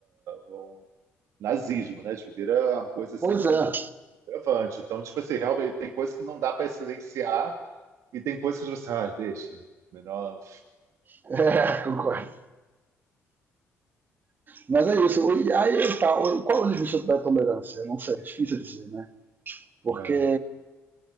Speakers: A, on the right; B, on the right.
A: um nazismo, né? Tipo, vira uma coisa assim,
B: Pois
A: um,
B: é,
A: um levante. Então, tipo assim, realmente tem coisas que não dá para silenciar e tem coisas que você, ah, deixa, melhor.
B: <laughs> é, concordo. Mas é isso. E aí tá, qual é o limite da tolerância? Não sei, é difícil dizer, né? Porque
A: É,